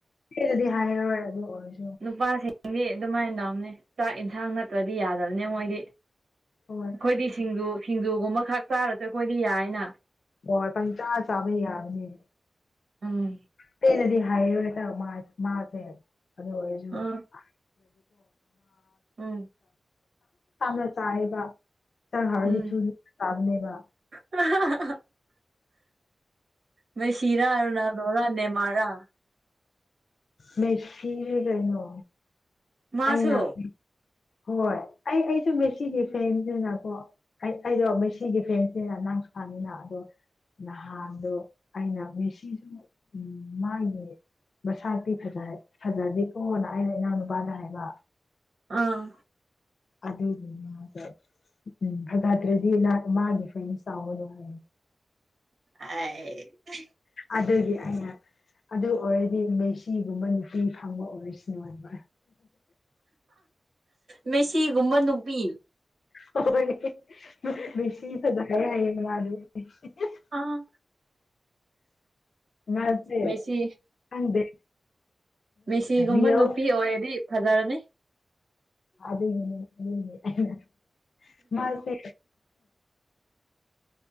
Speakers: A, on the left; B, on the right.
A: ꯁꯤꯗꯗꯤ ꯍꯥꯏ ꯑꯗꯨ ꯑꯣꯏ
B: ꯅꯨꯄꯥꯁꯤꯡꯗꯤ ꯑꯗꯨꯃꯥꯏꯅ ꯇꯧꯅꯤ ꯆꯥꯛ ꯏꯟꯁꯥꯡ ꯅꯠꯇ꯭ꯔꯗꯤ ꯌꯥꯗꯕꯅꯦ ꯃꯣꯏꯗꯤ ꯑꯩꯈꯣꯏꯗꯤ
A: ꯍꯣꯏ
B: ꯁꯤꯡꯖꯨ ꯁꯤꯡꯖꯨꯒꯨꯝꯕ ꯈꯛ ꯆꯥꯔꯁꯨ ꯑꯩꯈꯣꯏꯗꯤ ꯌꯥꯏꯅ
A: ꯑꯣꯏ ꯄꯪ ꯆꯥ ꯆꯥꯕ ꯌꯥꯒꯅꯤ
B: ꯑꯥ
A: ꯄꯦꯟꯅꯗꯤ ꯍꯥꯏꯌꯦ ꯍꯟꯇꯛ ꯃꯥꯁꯦ ꯑꯗꯨ ꯑꯣꯏꯔꯁꯨ <unintelligible>
B: ꯑꯥ ꯎꯝ
A: ꯏꯟꯖꯥꯡ ꯍꯥꯎꯔꯗꯤ
B: ꯎꯝ
A: ꯊꯨꯅ ꯆꯥꯕꯅꯦꯕ
B: <unintelligible> ꯃꯤꯁꯤꯔꯥ ꯔꯣꯅꯥꯜꯗꯣꯔꯥ ꯅꯦꯃꯥꯥꯔꯔꯥ
A: ꯃꯦꯁꯤꯅꯦ ꯀꯩꯅꯣ
B: ꯃꯥꯁꯨ
A: ꯑꯩꯅ ꯍꯣꯏ ꯑꯩꯁꯨ ꯃꯦꯁꯤ ꯐꯦꯟꯅꯤꯗꯅꯀꯣ ꯑꯩ ꯑꯩꯗꯣ ꯃꯦꯁꯤꯒꯤ ꯐꯦꯟꯁꯤꯅ ꯅꯪꯁꯨ ꯈꯪꯉꯤꯗꯅ ꯑꯗꯣ ꯅꯍꯥꯟꯗꯣ ꯑꯩꯅ ꯃꯦꯁꯤꯁꯨ ꯎ ꯃꯥꯒꯤ ꯃꯁꯇꯤ ꯐꯖꯗꯦꯀꯣꯅ ꯑꯩꯅ ꯏꯅꯥꯎ ꯅꯨꯄꯥꯗ ꯍꯥꯏꯕ
B: ꯑꯥ
A: ꯑꯗꯨꯒꯤ ꯃꯥꯗꯣ ꯎꯝ ꯐꯖꯥꯗꯔꯥꯗꯤ ꯃꯥꯒꯤ ꯐꯦꯟ ꯆꯥꯎꯒꯥꯅꯨ ꯍꯥꯏ
B: <unintelligible>
A: ꯑꯗꯨꯒꯤ ꯑꯩꯅꯥ ꯑꯗꯨ ꯑꯣꯏꯔꯗꯤ ꯃꯦꯁꯤꯒꯨꯝꯕ ꯅꯨꯄꯤ ꯐꯪꯕ ꯑꯣꯏꯔꯁꯅꯨ ꯍꯥꯏꯕ
B: ꯃꯦꯁꯤꯒꯨꯝꯕ ꯅꯨꯄꯤ
A: <unintelligible>
B: ꯑꯥ
A: ꯃꯥꯁꯦ
B: ꯃꯦꯁꯤ
A: ꯈꯪꯗꯦ
B: ꯃꯤꯁꯤꯒꯨꯝꯕ
A: ꯔꯤꯌꯦꯜ
B: ꯅꯨꯄꯤ ꯑꯣꯏꯔꯗꯤ ꯐꯖꯔꯅꯤ
A: ꯑꯗꯨꯒꯤꯅꯦ ꯑꯩꯅꯥ ꯃꯥꯁꯦ